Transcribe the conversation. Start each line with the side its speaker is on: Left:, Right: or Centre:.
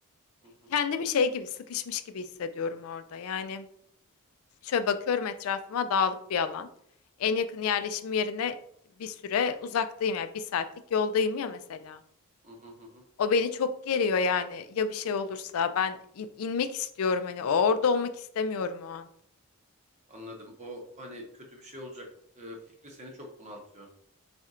Right: Hı hı.
Left: Kendimi şey gibi sıkışmış gibi hissediyorum orada. Yani şöyle bakıyorum etrafıma dağlık bir alan. En yakın yerleşim yerine bir süre uzaktayım ya yani bir saatlik yoldayım ya mesela.
Right: Hı hı hı. hı.
Left: O beni çok geriyor yani. Ya bir şey olursa ben in- inmek istiyorum hani orada olmak istemiyorum o an.
Right: Anladım. O hani kötü bir şey olacak e, fikri seni çok bunaltıyor.